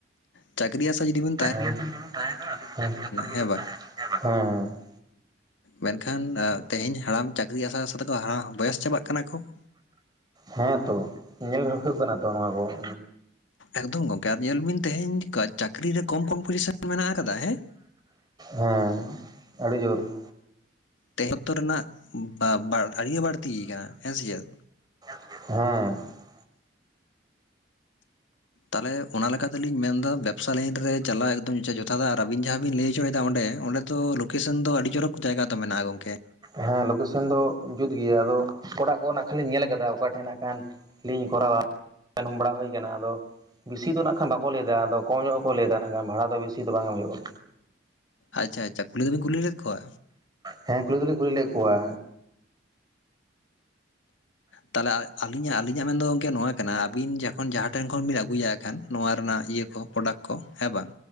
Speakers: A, on the left; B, on the right.
A: ᱪᱟᱹᱠᱨᱤ ᱟᱥᱟ ᱡᱩᱫᱤᱵᱤᱱ
B: ᱪᱟᱹᱠᱨᱤ ᱟᱥᱟ ᱨᱮ ᱡᱩᱫᱤᱵᱤᱱ ᱛᱟᱦᱮᱱᱟ ᱟᱵᱤᱱ ᱦᱚᱸ ᱪᱟᱹᱠᱨᱤ ᱟᱥᱟ ᱨᱮᱜᱤᱵᱤᱱ
A: ᱦᱮᱸ ᱵᱟᱝ
B: ᱛᱟᱸᱦᱮᱱᱟ ᱦᱮᱸ ᱵᱟᱝ? ᱦᱮᱸ ᱦᱮᱸ ᱾
A: ᱢᱮᱱᱠᱷᱟᱱ ᱟ ᱛᱮᱦᱮᱧ ᱦᱟᱲᱟᱢ ᱪᱟᱹᱠᱨᱤ ᱟᱥᱟ ᱟᱥᱟ ᱛᱮᱠᱚ ᱦᱟᱲᱟ ᱵᱚᱭᱮᱥ ᱪᱟᱵᱟᱜ ᱠᱟᱱᱟ ᱠᱚ ᱾
B: ᱦᱮᱸᱛᱚ ᱧᱮᱞ ᱦᱩ-ᱦᱩᱭᱩᱜ ᱠᱟᱱᱟ ᱛᱚ ᱱᱚᱶᱟ ᱠᱚ ᱾
A: ᱮᱠᱫᱚᱢ ᱜᱚᱝᱠᱮ ᱟᱨ ᱧᱮᱞ ᱵᱤᱱ ᱛᱮᱦᱮᱧ ᱠᱚ ᱪᱟᱹᱠᱨᱤ ᱨᱮ ᱠᱚᱢ ᱠᱚᱢ ᱯᱩᱭᱥᱟ ᱢᱮᱱᱟᱜ ᱟᱠᱟᱫᱟ, ᱦᱮᱸ!
B: ᱦᱮᱸ, ᱟᱹᱲᱤ ᱡᱳᱨ ᱾
A: ᱛᱮ ᱚᱠᱛᱚ ᱨᱮᱱᱟᱜ ᱵᱟ ᱵᱟ ᱟᱹᱰᱤᱜᱮ ᱵᱟᱹᱲᱛᱤᱭ ᱠᱟᱱᱟ, ᱦᱮᱸᱥᱮ ᱪᱮᱫ?
B: ᱦᱮᱸ ᱾
A: ᱛᱟᱦᱚᱞᱮ ᱚᱱᱟ ᱞᱮᱠᱟᱛᱮᱞᱤᱧ ᱢᱮᱱ ᱫᱟ ᱵᱮᱵᱽᱥᱟ ᱞᱤᱱ ᱨᱮ ᱪᱟᱟᱜ ᱮᱠᱫᱚᱢ ᱡᱚᱛᱷᱟᱛ ᱟᱨ ᱟᱵᱤᱱ ᱡᱟᱦᱟᱸ ᱵᱤᱱ ᱞᱟᱹᱭ ᱚᱪᱚᱭᱫᱟ ᱚᱸᱰᱮ ᱚᱸᱰᱮ ᱫᱚ ᱞᱳᱠᱮᱥᱚᱱ ᱫᱚ ᱟᱹᱰᱤ ᱡᱚᱨᱚᱠ ᱡᱟᱭᱜᱟ ᱛᱚ ᱢᱮᱱᱟᱜᱼᱟ ᱜᱚᱝᱠᱮ᱾
B: ᱦᱮᱸ ᱞᱳᱠᱮᱥᱚᱱ ᱫᱚ ᱡᱩᱛ ᱜᱮᱭᱟ ᱟᱫᱚ ᱚᱲᱟᱜ ᱠᱚ ᱱᱟᱜᱟᱜ ᱠᱷᱟᱹᱞᱤᱧ ᱧᱮᱞ ᱟᱠᱟᱫᱟ ᱚᱠᱟ ᱴᱷᱮᱱ ᱱᱟᱜ ᱠᱷᱟᱱ ᱞᱤᱧ ᱠᱚᱨᱟᱣᱟ, ᱟᱸᱡᱚᱢ ᱵᱟᱲᱟ ᱦᱩᱭ ᱠᱟᱱᱟ, ᱟᱫᱚ ᱵᱮᱥᱤ ᱫᱚ ᱱᱟᱸᱜ ᱠᱷᱟᱱ ᱵᱟᱠᱚ ᱞᱟᱹᱭᱮᱫᱟ ᱟᱫᱚ ᱠᱚᱢ ᱧᱚᱜ ᱜᱮᱠᱚ ᱞᱟᱹᱭᱮᱫᱟ ᱱᱟᱜ ᱠᱷᱟᱱ ᱵᱷᱟᱲᱟ ᱫᱚ ᱵᱤᱥᱤ ᱫᱚ ᱵᱟᱝ ᱮᱢ ᱦᱩᱭᱩᱜ-ᱟ᱾
A: ᱟᱪᱪᱟ ᱟᱪᱪᱟ ᱠᱷᱩᱞᱤ ᱠᱩᱞᱤ ᱞᱮᱫ ᱠᱚᱣᱟ
B: ᱦᱮᱸ ᱠᱩᱞᱤ ᱫᱚᱞᱤᱧ ᱠᱩᱞᱤ ᱞᱮᱫ ᱠᱚᱣᱟ,
A: ᱛᱟᱦᱞᱮ ᱟᱹᱞᱤᱧᱟᱜ ᱟᱹᱞᱤᱧᱟᱜ ᱢᱮᱱᱫᱚ ᱜᱚᱢᱠᱮ ᱱᱚᱣᱟ ᱠᱟᱱᱟ ᱟᱹᱵᱤᱱ ᱡᱚ ᱠᱷᱚᱱ ᱡᱟᱦᱟᱸ ᱴᱷᱮᱱ ᱠᱷᱚᱱ ᱵᱤᱱ ᱟᱹᱜᱩᱭᱟ ᱦᱟᱠᱷᱟᱱ ᱱᱚᱣᱟ ᱨᱮᱱᱟᱜ ᱤᱭᱟᱹ ᱠᱚ ᱯᱨᱚᱰᱟᱠᱴ ᱠᱚ ᱦᱮᱸ ᱵᱟᱝ?